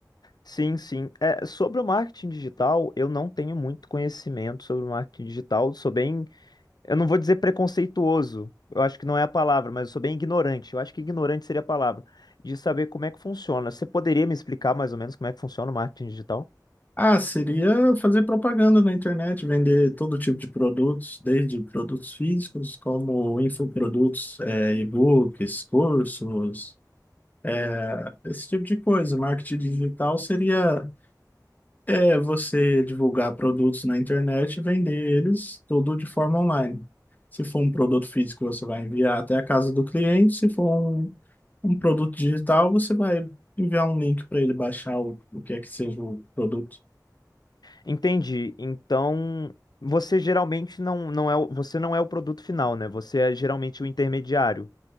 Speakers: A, on the left; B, on the left.
A: Sim, sim. É, sobre o marketing digital, eu não tenho muito conhecimento sobre o marketing digital. Sou bem, eu não vou dizer preconceituoso, eu acho que não é a palavra, mas eu sou bem ignorante. Eu acho que ignorante seria a palavra, de saber como é que funciona. Você poderia me explicar mais ou menos como é que funciona o marketing digital?
B: Ah, seria fazer propaganda na internet, vender todo tipo de produtos, desde produtos físicos, como infoprodutos, é, e-books, cursos, é, esse tipo de coisa. Marketing digital seria é você divulgar produtos na internet e vender eles tudo de forma online. Se for um produto físico, você vai enviar até a casa do cliente. Se for um, um produto digital, você vai enviar um link para ele baixar o, o que é que seja o produto.
A: Entendi. Então, você geralmente não, não é, o- você não é o produto final, né? Você é geralmente o intermediário.